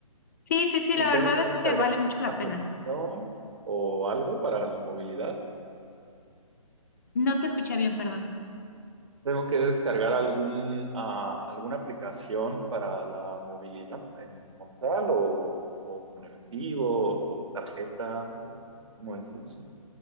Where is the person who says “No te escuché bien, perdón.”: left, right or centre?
Left